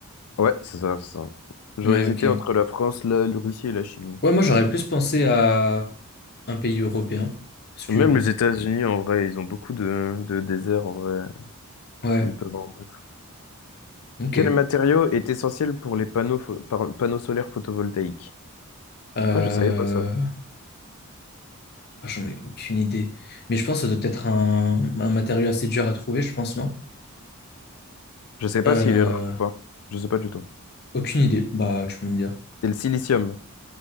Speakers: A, on the left; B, on the left.
A: Ouais, c'est ça, c'est ça. J'aurais
B: Ouais,
A: hésité
B: ok.
A: entre la France, la, la Russie et la Chine. moi.
B: Ouais, moi j'aurais plus pensé à un pays européen. Parce que.
A: Même les États-Unis, en vrai, ils ont beaucoup de, de déserts, en vrai,
B: Ouais,
A: où ils peuvent en mettre.
B: ok.
A: Quel matériau est essentiel pour les panneaux, pho- par- panneaux solaires photovoltaïques?
B: Euh...
A: Ah, je savais pas ça.
B: ah, j'en ai aucune idée. Mais je pense que ça doit être un, un matériau assez dur à trouver, je pense, non?
A: Je sais pas
B: Euh...
A: s'il est rare ou pas. Je sais pas du tout.
B: Aucune idée. Bah, tu peux me dire.
A: C'est le silicium.